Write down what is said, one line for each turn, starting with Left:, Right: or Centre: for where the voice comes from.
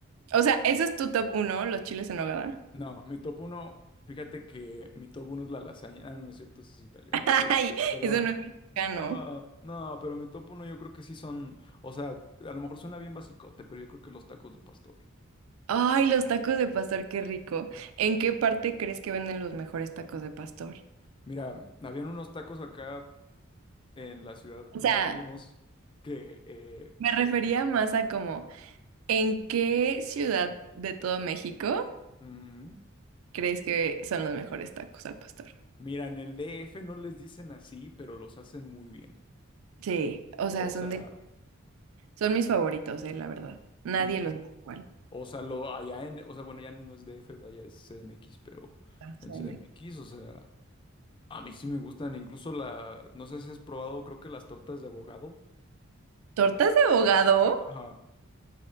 Right: O sea, ese es tu top uno, los chiles en nogada.
Left: No, mi top uno, fíjate que mi top uno es la lasaña. Ah, no, no es cierto, ese es italiano.
Right: <laughs> Ay,
Left: Perdón.
Right: eso no es mexicano.
Left: Ajá, no, pero mi top uno yo creo que sí son, o sea, a lo mejor suena bien basicote, pero yo creo que los tacos de pastor.
Right: Ay, los tacos de pastor, qué rico. ¿En qué parte crees que venden los mejores tacos de pastor?
Left: Mira, habían unos tacos acá en la ciudad
Right: O sea,
Left: donde vivimos que eh,
Right: me refería más a como, ¿en qué ciudad de todo México
Left: mm,
Right: crees que son los mejores tacos al pastor?
Left: mira, en el DF no les dicen así, pero los hacen muy bien.
Right: Sí, o sea,
Left: O
Right: son
Left: sea,
Right: de, son mis favoritos, eh, la verdad. Nadie
Left: sí.
Right: los hace igual.
Left: O sea, lo allá en, o sea, bueno, ya no es DF, ¿verdad? Ya es CDMX, pero
Right: Tortas
Left: en
Right: de
Left: CDMX,
Right: México.
Left: o sea, a mí sí me gustan. Incluso la, no sé si has probado, creo que las tortas de abogado.
Right: ¿Tortas de abogado?
Left: Ajá.